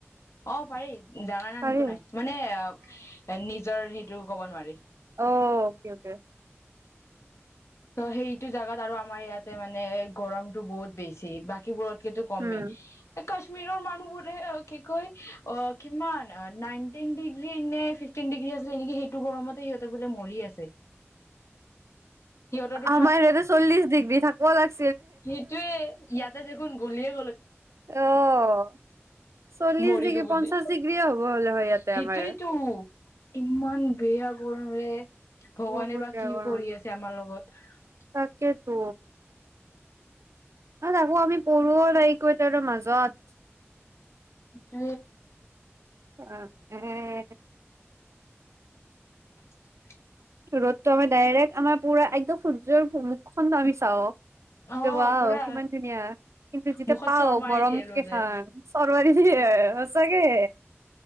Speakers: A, on the left; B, on the right.
A: অ পাৰি জানা না
B: পাৰি
A: একো নাই মানে অ নিজৰ হ এইও ক'ব নোৱাৰি
B: অকে অকে
A: ত সেইটো জেগাত আৰু আমাৰ ইয়াতে মানে গৰমতটো বহুত বেছি বাকীবোৰত সেইটো কমে
B: উম।
A: কাশ্মীৰৰ মানুহবোৰে কি কয় অ কিমান নাইনটিন ডিগ্ৰী নে ফিফটিন ডিগ্ৰী আছিল নেকি সেইটো গৰমতে সিহঁতে বোলে মৰি আছে সিহঁতৰতো
B: আমাৰ ইতে চল্লিছ ডিগ্ৰী থাকিব লাগছে
A: সেইটোৱে ইয়াতে দেখোন গ'লিয়
B: অ চল্লিশ
A: মৰিলো
B: ডিগ্ৰী
A: বুলি
B: পঞ্চাশ ডিগ্ৰীয়ে হ'ব হ'লে হয় ইয়াতে
A: সেইটোয়েতো
B: আমাৰ
A: ইমান বেয়া গৰ নৰে ভগৱানে
B: বহুত
A: বা
B: বেয়া
A: কি
B: গৰম
A: কৰি
B: লাগিছে।
A: আছে আমাৰ লগত
B: তাকেতো হয় না আমি পৰুৱ লায়কৈ এ তাৰ মাজ গচ
A: উ
B: অ উম
A: <inaudible>
B: ৰ'দটো আমাৰ ডাইৰেক্ট আমাৰ পুৰা একদম সূৰ্যৰূমুখখনন আমি চাওঁ
A: অ
B: যৱা
A: পুৰা
B: কিমান ধুনীয়া কিন্তু যেতিয়া
A: মুখত
B: পাও
A: চৰ মাৰি
B: মৰম
A: দিয়ে ৰ'দে
B: কেইখন চৰাৰি দে সচাকেে